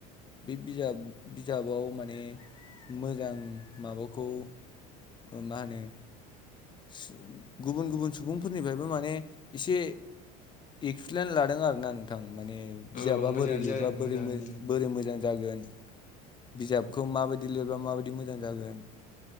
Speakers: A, on the left; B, on the left.
A: बे बिजाब बिजाबाव माने मोजां माबाखौ ओ मा होनो सु गुबुन गुबुन सुबुंफोरनिफ्रायबो माने एसे एक्सप्लेन लादों आरोना नोंथां माने बिजाबा
B: औ मोजाङानो
A: बोरै लिरबा
B: जादों मोजाङानो
A: बोरै मो
B: जादों
A: बोरै मोजां जागोन बिजाबखौ माबायदि लिरब्ला माबायदि मोजां जागोन।